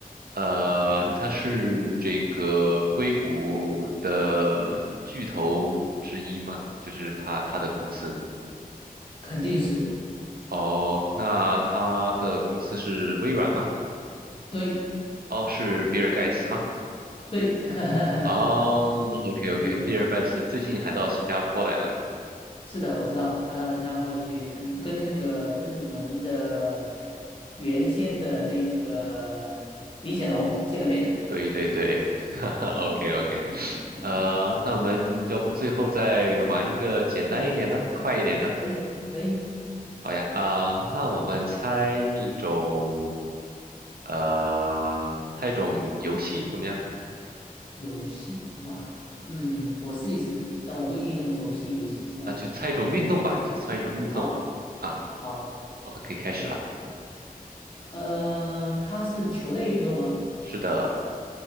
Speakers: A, on the right; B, on the left.
A: 呃，他是这个硅谷的巨头之一吗？就是他他的公司。
B: 肯定是
A: 哦，那他的公司是微软吗？
B: 对
A: 哦，是比尔盖茨吗？
B: 对 <laughs>
A: 哦，OK OK，
B: 对对，
A: 比尔盖茨最近还到新加坡来了呢。
B: 是的，我知道他到新加坡去参，跟那个跟你们的原先的那个李显龙见了面的，
A: 对对对，<laughs> 哈哈，OK
B: 嗯嗯嗯，
A: OK，呃，那我们要不最后再玩一个简单一点的，快一点的？
B: 可以可以。
A: 好呀，啊、那我们猜一种，呃，猜一种游戏怎么样？
B: 游戏，哇，嗯，我试一试，但我不一定那么熟悉游戏。嗯，
A: 啊，就猜一种运动吧，就猜一种运动。
B: 好，
A: 啊，
B: 好，
A: 好，可以开始了。
B: 嗯，呃，它是球类运动吗？
A: 是的，